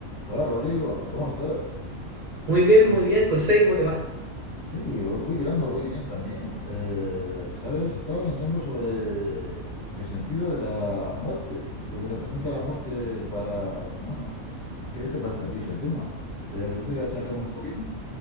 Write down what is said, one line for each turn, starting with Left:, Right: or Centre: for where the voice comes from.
Left: Hola Rodrigo, ¿cómo estás?
Right: Muy bien,
Left: Eh,
Right: muy bien, José, ¿cómo te va?
Left: sí, vo- voy tirando, voy bien también. Eh, ¿sabes? Estaba pensando sobre el sentido de la muerte, lo que representa la muerte para los humanos. ¿Qué te parece a ti ese tema? ¿Te apetece que charlemos un poquito?